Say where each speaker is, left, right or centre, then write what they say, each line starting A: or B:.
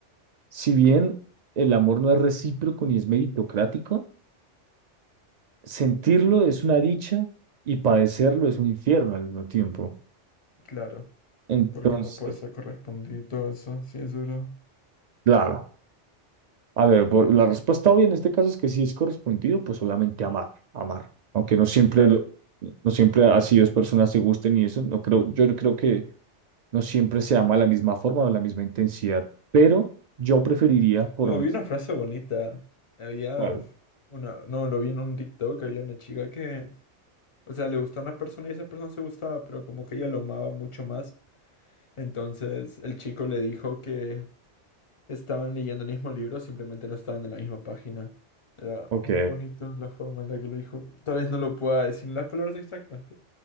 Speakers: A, on the right (about 65°); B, on the left (about 35°).
A: si bien el amor no es recíproco ni es meritocrático, sentirlo es una dicha y padecerlo es un infierno al mismo tiempo.
B: Claro,
A: Entonces,
B: porque no puede ser correspondido y todo eso, sí es duro.
A: claro. A ver, vo- la respuesta obvia en este caso es que si es correspondido, pues obviamente amar, amar. Aunque no siempre
B: Claro.
A: lo- no siempre así dos personas se gusten y eso, no creo, yo no creo que no siempre se ama de la misma forma o de la misma intensidad, pero yo preferiría por
B: Oh,
A: mí.
B: vi una frase bonita. Había
A: Vale.
B: una, no, lo vi en un TikTok, había una chica que O sea, le gustó a una persona y esa persona se gustaba, pero como que ella lo amaba mucho más. Entonces el chico le dijo que estaban leyendo el mismo libro, simplemente no estaban en la misma página. Era
A: Ok.
B: muy bonito la forma en la que lo dijo. Tal vez no lo pueda decir en las palabras exactas, pero